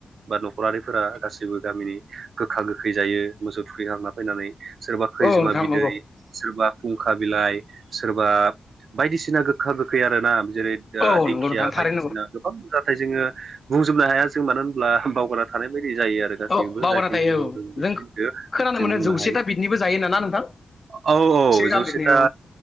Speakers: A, on the right; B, on the left.
A: बा न'खरारिफोरा गासैबो गामिनि गोखा गोखै जायो मोसौ थुखैखांना फैनानै सोरबा खैजिमा
B: औ नोंथां
A: बिदै
B: नंगौ
A: सोरबा फुंखा बिलाइ सोरबा बायदिसिना गोखा गोखा खै आरोना जेरै
B: औ
A: दिंखिया
B: नंगौ नोंथां थारैनो
A: बायदिसिना
B: नंगौ
A: गोबां जााथथाय जोङो बुंजोबनो हाया जों मानो होनब्ला बावगारना थानाय बायदि जायो आरो गासैबो
B: औ बावगारना
A: जाखिनि
B: थायो
A: मनाव
B: औ
A: दों बेखाय
B: जों
A: बे
B: खोनानो
A: जों
B: मोनो
A: बुंनो
B: जौसेथा
A: हायो
B: बिदनिबो जायो नामा नोंथां
A: औ औ जौसे
B: गाहाम बिदनि
A: था
B: औ